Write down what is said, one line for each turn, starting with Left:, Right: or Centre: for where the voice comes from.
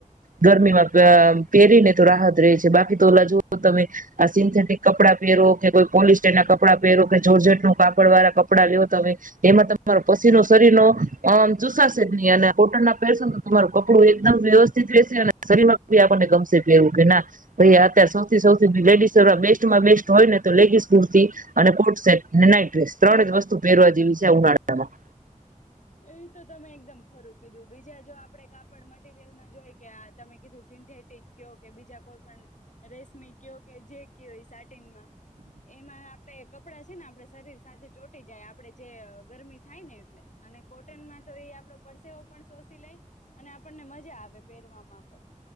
Right: ગરમીમાં. અ પેરીને તો રાહત પ્રેસ બાકી તો ઓલા જુઓ તમે આ સિન્થેટિક કપડાં પહેરો કે કોઈ પોલિસ્ટર ના કપડાં પહેરો જોરજટ નું કાપડ વાળા કપડાં લેયો તમે. એમાં તમારો પસીનો શરીર નો આમ ચુસાશે જ નહી અને કોટન ના પરસ તમારું કપડું એકદમ વ્યવસ <unintelligible> આપને ગમશેવું કે ના ભઈ અત્યારે સૌથી સૌથી લેડીઝ બેસ્ટમાં બેસ્ટ હોય ને તો લેગીસ કુર્તી અને કોડ સેટ નાઈટ ડ્રેસ ત્રણ જ વસ્તુ પેરવા જેવું છે આ ઉનાળામાં
Left: એ તો તમે એકદમ ખરું કીધું બીજા જો આપણેે કાપડ મટીરિયલમાં જોઈ કે આ તમે કીધું સિન્થેટિક કિયો કે બીજા કોઈ પણ રેશમી કિયો કે જે કિયો એ સા સાટીન માં એમાં. આપણે કપડાં છે ને આપડે શરીર સાથે ચોટી જાય આપડે જે ગરમી થાય ને એટલે. અને કોટનમાં તો એ આપડો પરસેવ પણ શોષી લઈ અને આપણને મજા આવે પહેરવામાં પણ.